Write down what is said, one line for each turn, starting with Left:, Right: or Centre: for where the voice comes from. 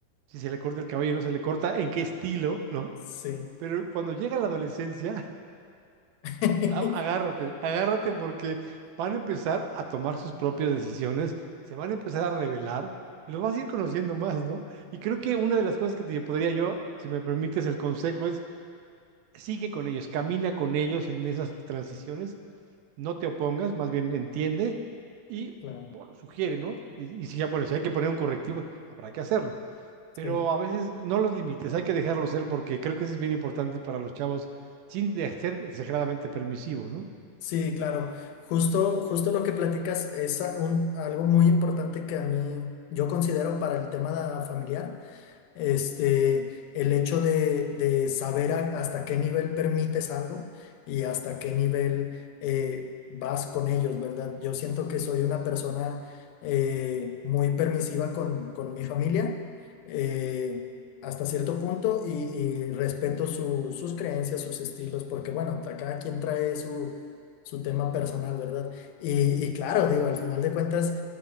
Right: si se le corta el cabello o no se le corta, en qué estilo, ¿no?
Left: Sí,
Right: Pero cuando llega la adolescencia, <laughs>
Left: <laughs>
Right: a- agárrate, agárrate porque van a empezar a tomar sus propias decisiones, se van a empezar a revelar, y los vas a ir conociendo más, ¿no? Y creo que una de las cosas que te podría yo, si me permites el consejo, es sigue con ellos, camina con ellos en esas transiciones, no te opongas, más bien entiende y
Left: claro,
Right: bueno, sugiere, ¿no? Y, y si, ya- bueno, si hay que poner un correctivo, habrá que hacerlo, pero
Left: sí,
Right: a veces no los límites, hay que dejarlos ser porque creo que eso es bien importante para los chavos, sin de- ser exageradamente permisivo, ¿no?
Left: sí, claro. Justo, justo lo que platicas es a- un- algo muy importante que a mí yo considero para el tema familiar. este, el hecho de, de saber a- hasta qué nivel permites algo y hasta qué nivel eh, vas con ellos, ¿verdad? Yo siento que soy una persona eh, muy permisiva con, con mi familia eh, hasta cierto punto y, y respeto su- sus creencias, sus estilos, porque bueno, ta- cada quien trae su, su tema personal, ¿verdad? Y, y claro, digo, al final de cuentas